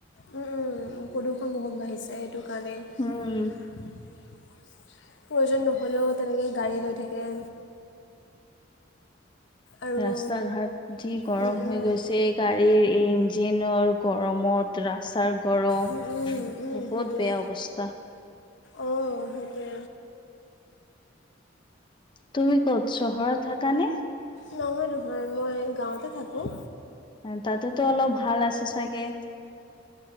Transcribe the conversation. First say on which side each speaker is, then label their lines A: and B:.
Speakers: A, on the left; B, on the left.
A: প্ৰদূষণ বহুত বাঢ়িছে সেইটো কাৰণে। প্ৰয়োজন
B: উম
A: নহ'লেও তেনেকৈ গাড়ী লৈ থাকে। আৰু
B: ৰাস্তা ঘাট যি গৰম
A: উম, উম,
B: হৈ গৈছে গাড়ীৰ এই ইঞ্জিনৰ গৰমত। ৰাস্তাৰ গৰম
A: উম,
B: বহুত
A: উম, উম, সেইটোৱে।
B: বেয়া অৱস্থা।
A: অ সেইটোৱে।
B: তুমি ক'ত চহৰত থাকানে?
A: নহয় নহয় মই গাঁৱতে থাকোঁ'
B: তাতেতো অলপ ভাল আছে চাগে।